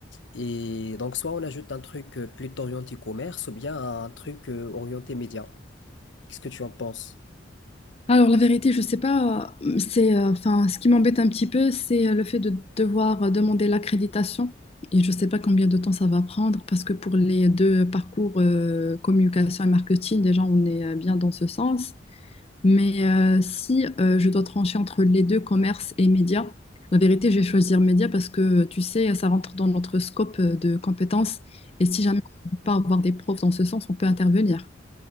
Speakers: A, on the left; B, on the left.
A: Et donc, soit on ajoute un truc euh, plutôt orienté commerce ou bien un truc euh, orienté média. Qu'est-ce que tu en penses?
B: alors la vérité, je sais pas, euh, c'est euh, enfin ce qui m'embête un petit peu, c'est euh, le fait de devoir euh, demander l'accréditation. Et je sais pas combien de temps ça va prendre parce que pour les deux parcours euh, communication et marketing, déjà on est euh, bien dans ce sens. Mais euh, si euh, je dois trancher entre les deux, commerce et médias, la vérité, je vais choisir médias parce que tu sais, ça rentre dans notre scope euh, de compétences. Et si jamais on ne peut pas avoir des profs dans ce sens, on peut intervenir.